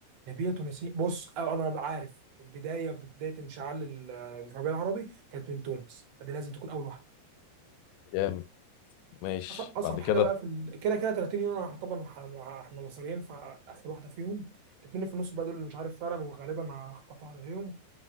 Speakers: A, on the right (about 60°); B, on the left (about 80°).
A: ليبيا تونسية بص آه، انا عارف بداية بداية انشعال ال- الربيع العربي كانت من تونس فدي لازم تكون اول واحدة
B: جامد ماشي
A: أص- اصعب
B: بعد
A: حاجه
B: كده
A: بقى في ال... كده كده 30 يورو احنا طبعا مع... مع... احنا مصريين فاخر واحده فيهم الاثنين اللي في النص بقى دول اللي مش عارف فعلا وغالبا هخبط واحده فيهم